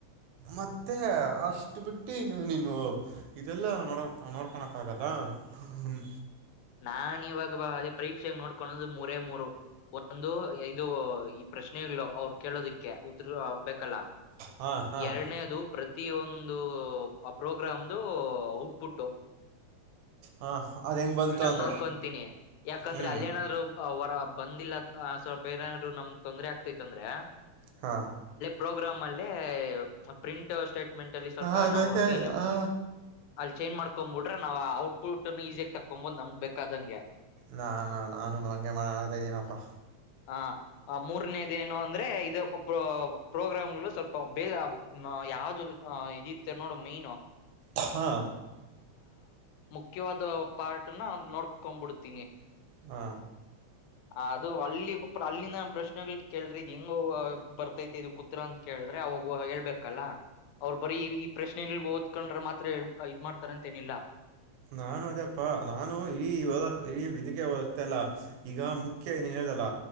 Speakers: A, on the right (about 85°); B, on the left (about 85°).
A: ಮತ್ತೆ ಅಷ್ಟು ಬಿಟ್ಟಿನ್ನು ನೀನು ಇದೆಲ್ಲ ನೋಡಕ್ ನೋಡ್ಕೊಳಕ್ ಆಗುತಾ ಹ್ಮ್
B: ನಾ ಇವಾಗ ಅದೇ ಪರೀಕ್ಷೆಗ್ ನೋಡ್ಕದು ಮೂರೇ ಮೂರು ಒಂದು ಇದು ಈ ಪ್ರಶ್ನೆಗಳು ಅವರು ಕೇಳೋದಕ್ಕೆ ಉತ್ತರ ಬೇಕಲ್ಲ
A: ಹಾಂ ಹಾಂ
B: ಎರಡನೇದು ಪ್ರ ಪ್ರತಿ ಒಂದು ಪ್ರೋಗ್ರಾಮ್ದ ಔಟ್ ಪುಟ್
A: ಹ ಅದ ಹೆಂಗ್ ಬಂತು ಅಂತ
B: ನೋಡ್ಕೊತೀನಿ ಯಾಕಂದ್ರೆ
A: ಹ್ಞೂ
B: ಅಲ್ಲಿೇನಾದ್ರು ಅವರ ಬಂದಿಲ್ಲ ಸ್ವಲ್ಪೇರರು ನಮ್ಗ್ ತೊಂದ್ರರೆ ಆಗ್ತೈತ್ ಅಂದ್ರೆ
A: ಹಾ
B: ಪ್ರೋಗ್ರಾಮ್ ಅಲ್ಲಿ ಪ್ರಿಂಟ್ ಸ್ಟೇಟ್ಮೆಂಟ್ ಅಲ್ಲಿ ಸ್ವಲ್ಪ
A: ಹಾಂ ಗೊತ್ತಾಯ್ತು
B: ನಾವು ಚೇಂಜ್ ಅಲ್ಲಿ ಚೇಂಜ್ ಮಾಡಕ್ಂಬ ಬಿಟ್ರೆ ನಾವ್ ಆ ಔಟ್ಪುಟ್ ನ ಈಸಿಯಾಗ ತಕೊಂಬೋದು ನಮ್ ಬೇಕಾದಂಗೆ
A: ನಾನಾ ನಾನು ಹಂಗೆ ಮಾಡಣ ಅಂತ ಇದ್ದೀನಪ್ಪಾ
B: ಹ ಮೂರನೇದೇಏನು ಅಂದ್ರೆ ಇದು ಪ್ರೋಗ್ರಾಮ್ ಸ್ವಲ್ಪ ಬೇರೆ ಯಾವ್ದ ಇದ ಇರುತ್ತೆ ನೋಡು ಮೈನು
A: ಹಾ
B: ಮುಖ್ಯವಾದ ಪಾರ್ಟನ ನೋಡ್ಕೊಬಿಡ್ತೀನಿ
A: ಹಾ
B: ಅದು ಅಲ್ಲಿ ಅಲ್ಲಿನ ಪ್ರಶ್ನೆಗಳು ಕೇಳ್ರಿ ಇದ್ ಹೆಂಗ ಬರ್ತೈತಿ ಇದುಕ್ಕೆ ಉತ್ತರ ಅಂತ ಕೇಳಿದ್ರೆ ಅವಾಗ ಹೇಳ್ಬೇಕಲ್ಲ ಅವ್ರರು ಬರೀ ಈ ಪ್ರಶ್ನೆಗಳ ಓದ್ಕೊಂಡ್ರ ಮಾತ್ರ ಇದ್ ಮಾಡ್ತಾರಂತೇನಿಲ್ಲ
A: ನಾನು ಅದೇಪ್ಪಾ ನಾನು ಇಡೀ ಇಡೀ ಇದಕ್ಕೆ ವತ್ತೇ ಅಲ್ಲ ಈಗ ಮುಖ್ಯ ಏನ ಇದಲ್ಲ